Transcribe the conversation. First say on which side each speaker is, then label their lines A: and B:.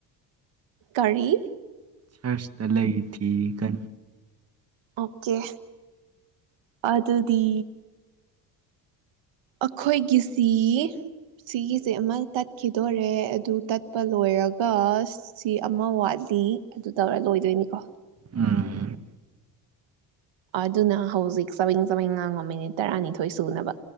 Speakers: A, on the right; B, on the right.
A: ꯀꯔꯤ?
B: ꯁꯔ꯭ꯁꯇ ꯂꯩ ꯊꯤꯔꯤ ꯀꯟ꯫
A: ꯑꯣꯀꯦ ꯑꯗꯨꯗꯤ ꯑꯈꯣꯏꯒꯤꯁꯤ ꯁꯤꯒꯤꯖꯦ ꯑꯃ ꯇꯠꯈꯤꯗꯣꯔꯦ ꯑꯗꯨ ꯇꯠꯄ ꯂꯣꯏꯔꯒ ꯁꯤ ꯑꯃ ꯋꯥꯠꯂꯤ ꯑꯗꯨ ꯇꯧꯔ ꯂꯣꯏꯗꯣꯏꯅꯤꯀꯣ꯫
B: ꯎꯝ꯫
A: ꯑꯗꯨꯅ ꯍꯧꯖꯤꯛ ꯆꯕꯦꯡ ꯆꯕꯦꯡ ꯉꯥꯡꯉꯣ ꯃꯤꯅꯤꯠ ꯇꯔꯥꯅꯤꯊꯣꯏ ꯁꯨꯅꯕ꯫